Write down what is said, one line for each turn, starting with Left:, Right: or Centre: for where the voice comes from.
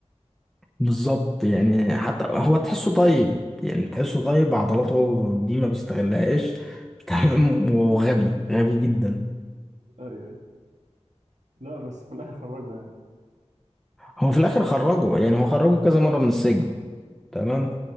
Centre: بالظبط يعني حتى هو تحسه طيب يعني تحسه طيب عضلاته دي ما بيستغلهاش <laughs> تمام وغبي غبي جدا
Right: ايوه أيوة. لا بس في الاخر خرجه يعني
Centre: هو في الاخر خرجه يعني هو خرجه كذا مرة من السجن تمام